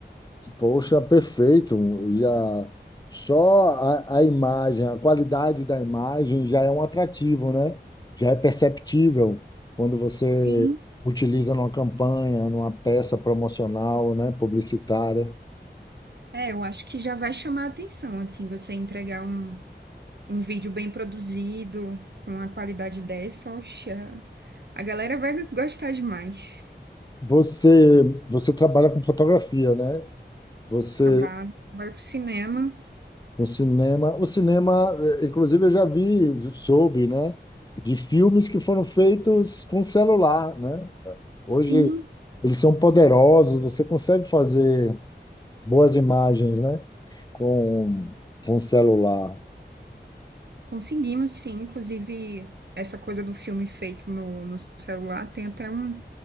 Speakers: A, on the left; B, on the right.
A: Poxa, perfeito, já só a, a imagem, a qualidade da imagem já é um atrativo, né? Já é perceptível quando você
B: Sim,
A: utiliza numa campanha, numa peça promocional, né, publicitária.
B: é, eu acho que já vai chamar a atenção, assim, você entregar um, um vídeo bem produzido, com uma qualidade dessa, oxa, a galera vai gostar demais.
A: Você, você trabalha com fotografia, né? Você
B: Trabalho, trabalho com cinema.
A: O cinema, o cinema, eh, inclusive eu já vi, soube, né, de filmes que foram feitos com celular, né? Hoje
B: Sim,
A: eles são poderosos, você consegue fazer boas imagens, né, com com celular.
B: conseguimos, sim. Inclusive, essa coisa do filme feito no, no celular tem até um,